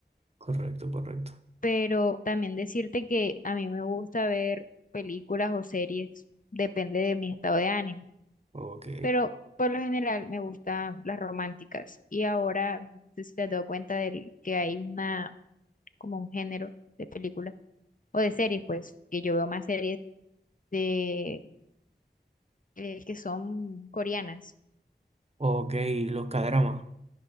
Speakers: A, on the right; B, on the left.
A: correcto, correcto.
B: Pero también decirte que a mí me gusta ver películas o series, depende de mi estado de ánimo.
A: Ok,
B: Pero por lo general me gustan las románticas. Y ahora, no sé si te has dado cuenta de que hay una como un género de película o de series, pues, que yo veo más series de eh, que son coreanas,
A: ok, los cadramas.